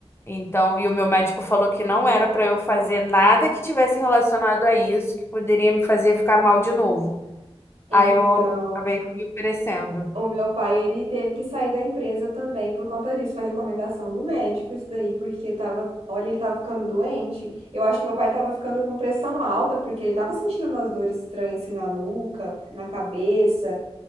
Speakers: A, on the left; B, on the right.
A: Então, e o meu médico falou que não era para eu fazer nada que tivesse relacionado a isso, que poderia me fazer ficar mal de novo.
B: Então.
A: Aí eu acabei me oferecendo.
B: O meu pai, ele teve que sair da empresa também por conta disso. Foi recomendação do médico isso daí, porque tava, olha, ele tava ficando doente. Eu acho que meu pai tava ficando com pressão alta, porque ele tava sentindo umas dores estranhas assim na nuca, na cabeça.